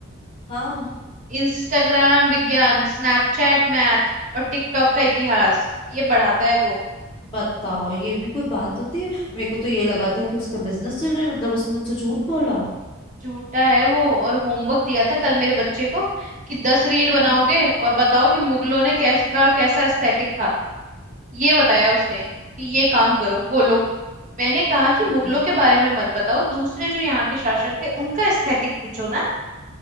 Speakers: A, on the left; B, on the right.
A: हाँ
B: इंस्टाग्राम विज्ञान स्नैपचैट मैथ और टिकटॉक का इतिहास ये पढ़ाता है वो
A: बताओ ये भी कोई बात होती है मेरे को तो ये लगा था कि उसका बिजनेस चल रहा है मतलब उसने मुझसे झूठ बोला
B: झूठा है वो और होमवर्क दिया था कल मेरे बच्चे को कि दस रील बनाओगे
A: हम्म
B: और बताओ कि मुगलों ने कैस, का कैसा एस्थेटिक था ये बताया उसने कि ये काम करो बोलो मैंने कहा कि मुगलों
A: बत-
B: के बारे में मत बताओ दूसरे जो यहाँ के शासक थे उनका एस्थेटिक पूछो ना